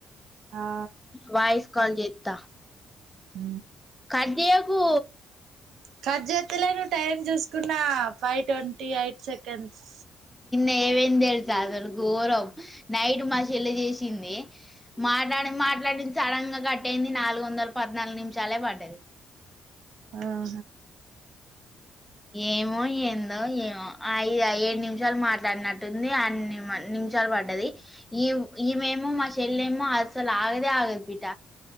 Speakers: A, on the right (about 75°); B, in the centre.
A: ఆ
B: వయిస్ కాల్ చేత
A: హ
B: కదియాకు
A: కతలో నువ్ టైం చూసుకున్నా ఫైవ్ ట్వంటీ ఎయిట్ సెకండ్స్
B: ఏమేంది తెలుసా అసలు ఘోరం నైట్ మాసల్ల చేసింది మాట్డి మాట్లాడింది సడన్ గా కట్టయింది నాలుగు వందల పద్నాలుగు నిమిషాలే పడ్డాది
A: ఆఓ
B: ఏమో ఏందో ఏమో ఐదు ఏడు నిమిషాలు మాట్లాడినట్టుంది అన్ని నిమిషాలు పడ్డది ఈ ఇవేమో మా చెల్ ఏమో అసలు ఆగదే ఆగదు బిట